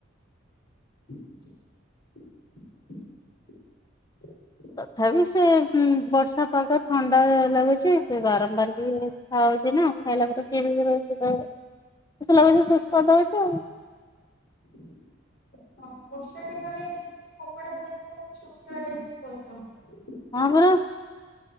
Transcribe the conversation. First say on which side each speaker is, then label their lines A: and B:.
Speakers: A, on the left; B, on the left.
A: <inaudible>
B: ତଥାପି ସେ ହୁଁ ବର୍ଷା ପାଗ ଥଣ୍ଡା ଲାଗୁଛି ସିଏ ବାରମ୍ବାର ବି ଉଠା ହଉଛି ନା। ଖାଇଲା ପରେ <unintelligible> ରହିଛି ତଳେ ମୋତେ ତ ଲାଗୁଚି ସୁସ୍ଥ ତ ଅଛି ଆଉ।
A: ହ ହଁ ବର୍ଷା ଦିନରେ ମାନେ ସେ କପଡା ଧୋଇଲେ ଟାଇମ୍ ଲାଗୁଚି ଶୁଖିବା ପାଇଁ ଟାଇମ୍ ବହୁତ୍ <unintelligible>
B: ହଁ ପରା।